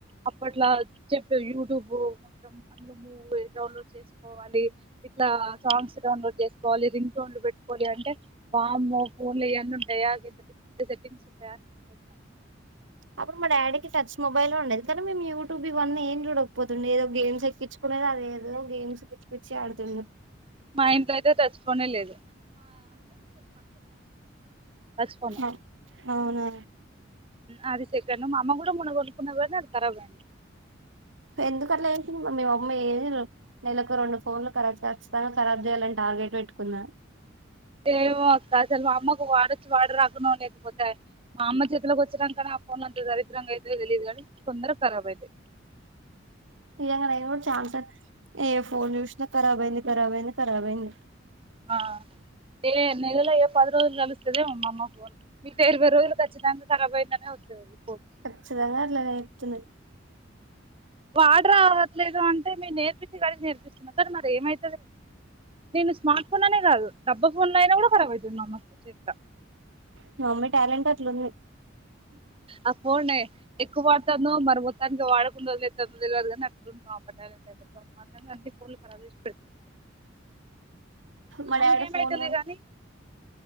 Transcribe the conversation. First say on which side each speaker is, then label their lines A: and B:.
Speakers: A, on the right; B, on the right.
A: అప్పట్లో చెప్పే యూట్యూబ్ మొత్తం అందు కోవాలి ఇట్లా సాంగ్స్ డౌన్లోడ్ చేసుకోవాలి రింగ్ టోన్లు పెట్టువాలి అంటే అమ్మో ఈ ఫోన్లో ఇవన్నీ ఉంటాయా ఇంత పెద్ద పెద్ద సెట్టింగ్స్ ఉంటాయా అనిపిత్తాది
B: అప్పుడు మా డాడీకి టచ్ మొబైల్ ఉండేది కానీ మేము యూట్యూబ్ ఇవన్నీ ఏం చూడకపోతిమి ఏదో గేమ్స్ ఎక్కించుకుంట అది ఏదో గేమ్స్ పిచ్చిపిచ్చి ఆడుతుండే
A: మా ఇంట్లో అయితే టచ్ ఫోనే లేదు టచ్ ఫోన్
B: హ అవున
A: అది సెకండ్ మా అమ్మ కూడా మొన్న కొనుక్కున్నది గాని అది ఖరాబ్ అయింది
B: ఎందుకు అట్లా చేసింది మీ అమ్మ ఏందో నెలకు రెండు ఫోన్లు ఖరాబ్ చేస్త రాబ్ <unintelligible> చేయాలంట అవే పెట్టుకున్న
A: ఏమో అక్క అసలు మా అమ్మకు వాడొచ్చు వాడరాకున్న లేకపోతే మా అమ్మ చేతిలోకి వచ్చినా నా ఫోన్ అంతేగా దరద్రంగా అయితే తెలియదుగాని తొందరగా ఖరాబ్ అయితాయి
B: నిజంగా నేను కూడా ఛాన్స ఏ ఫోన్ చూసినా ఖరాబ్ అయింది ఖరాబ్ అయింది ఖరాబ్ అయింది
A: ఆ ఏ నెలలో ఏ పది రోజులు కలుస్తదేమో మా అమ్మ ఫోన్ మీ ఇరవై రోజులు ఖచ్చితంగా ఖారాబ్ అయిందని వస్తాది అది
B: కచ్చితంగా అట్లనే చెప్తుండు
A: యాడ రావట్లేదు అంటే మీరు నేర్పించి కాడికి నేర్పిస్తున్నా కానీ మరి ఏమై నేను స్మార్ట్ ఫోన్ అనే కాదు డబ్బ ఫోన్లో అయినా కూడా ఖారాబ్ ఐతాది మా అమ్మకు ఇట్లిట్లా
B: మీ అమ్మ టాలెంట్ అట్లుంది
A: అ ఫోనే ఎక్కువ వాడుతాందో మరీ మొత్తానికి వాడకుండా వదిలేత్తాందో తెలవదు కానీ అట్లా ఉంది మా అమ్మ ట్యాలెంట్ అయితే భ్రమ్హండగా ఉంది
B: మా
A: ఆమెకు
B: డాడీ
A: ఏమవుతాది
B: ఫోన్
A: లే కానీ